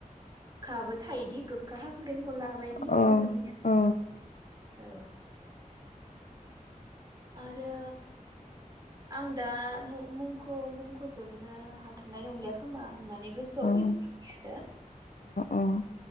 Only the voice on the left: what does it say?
औ
औ
औ
औ